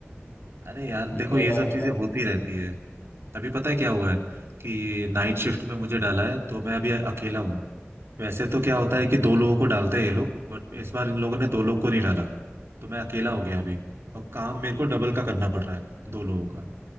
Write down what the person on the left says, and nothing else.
इसलिए
तो
एचआर